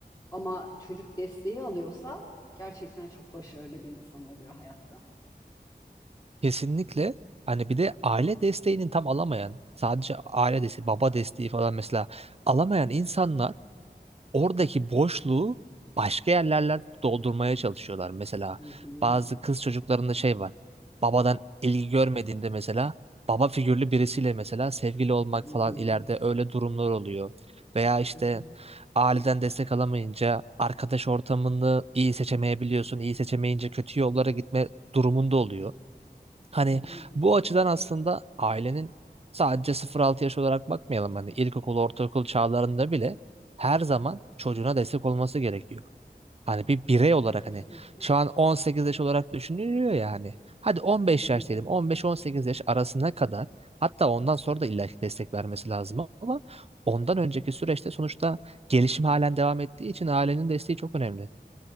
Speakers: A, on the left; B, on the right.
A: Ama çocuk desteği alıyorsa gerçekten çok başarılı bir insan oluyor hayatta.
B: Kesinlikle. Hani bir de aile desteğinin tam alamayan, sadece aile desteği, baba desteği falan mesela alamayan insanlar oradaki boşluğu başka yerlerle doldurmaya çalışıyorlar. Mesela
A: Hı hı,
B: bazı kız çocuklarında şey var. Babadan ilgi görmediğinde mesela baba figürlü birisiyle mesela sevgili olmak
A: hı hı,
B: falan ileride öyle durumlar oluyor. Veya işte
A: hı hı,
B: aileden destek alamayınca arkadaş ortamını iyi seçemeyebiliyorsun. İyi seçemeyince kötü yollara gitme durumunda oluyor. Hani
A: hı hı.
B: bu açıdan aslında ailenin sadece 0-6 yaş olarak bakmayalım. Hani ilkokul, ortaokul çağlarında bile her zaman çocuğuna destek olması gerekiyor. Hani bir birey
A: Ke-
B: olarak
A: Kesinlikle.
B: hani şu an 18 yaş olarak düşünülüyor ya hani. Hadi 15
A: Hı hı.
B: yaş diyelim. 15-18 yaş arasına kadar hatta ondan sonra da illaki destek vermesi lazım ama ondan önceki süreçte sonuçta gelişim halen devam ettiği için ailenin desteği çok önemli.